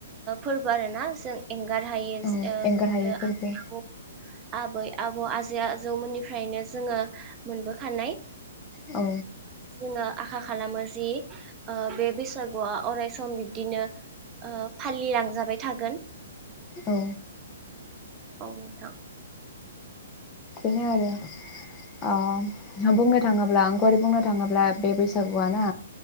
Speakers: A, on the right; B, on the left.
A: फोरबो आर ना जों एंगार हायो
B: औ
A: ओ
B: एंगार
A: बिदिनो
B: हायै
A: आबै
B: फोरबो
A: आबौ आबै आबौ आजै आजौमोननि ओनिफ्रायनो जोङो मोनबोखानाय
B: औ
A: आङो आखा खालामो जि ओ बे बैसागुआ अरायसम ओ बिब्दिनो फालिलांजाबाय थागोन
B: औ।
A: औ नोंथां।
B: बेनो आरो अ। बुंनो थाङोब्ला आं। आरि बुंनो थाङोब्ला बे बैसागुआ ना